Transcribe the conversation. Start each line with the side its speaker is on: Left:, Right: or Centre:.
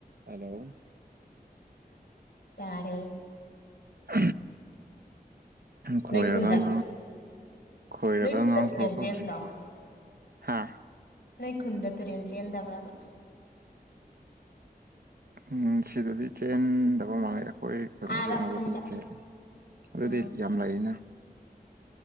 Right: hello
Left: ꯇꯥꯔꯦ
Right: ꯍ ꯈꯣꯏꯔꯒꯥꯡ
Left: ꯅꯣꯏ ꯈꯨꯟꯗ
Right: ꯈꯣꯏꯔꯒ
Left: ꯅꯣꯏ ꯈꯨꯟꯗ
Right: ꯉꯥꯡꯈ꯭ꯔꯒ
Left: ꯇꯨꯔꯦꯟ ꯆꯦꯟꯗ꯭ꯔꯣ
Right: ꯍꯧꯖꯤꯛꯤ ꯍꯥꯥ
Left: ꯅꯣꯏ ꯈꯨꯟꯗ ꯇꯨꯔꯦꯟ ꯆꯦꯟꯗꯕ꯭ꯔꯕ
Right: ꯎꯝ ꯁꯤꯗꯗꯤ ꯆꯦꯟꯗꯕ ꯃꯥꯡꯉꯦ ꯑꯩꯈꯣꯏ ꯈꯨꯠ
Left: ꯑꯥꯗ
Right: ꯑꯁꯦꯡꯕꯗꯗꯤ
Left: ꯈꯨꯟꯗ
Right: ꯆꯦꯂꯦ ꯑꯗꯨꯗꯤ
Left: ꯎꯝ
Right: ꯌꯥꯝ ꯂꯩꯩꯅ